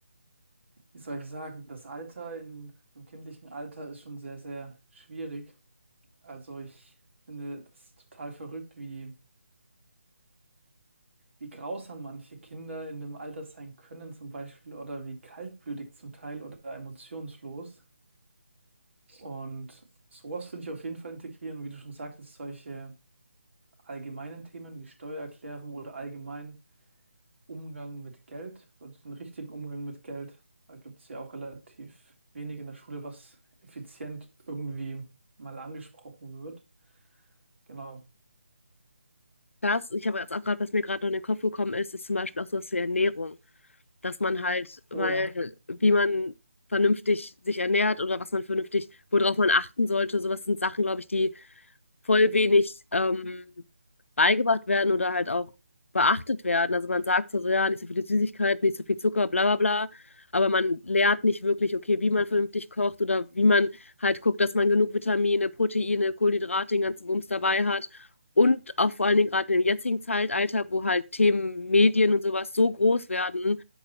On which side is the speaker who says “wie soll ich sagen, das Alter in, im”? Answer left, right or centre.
Right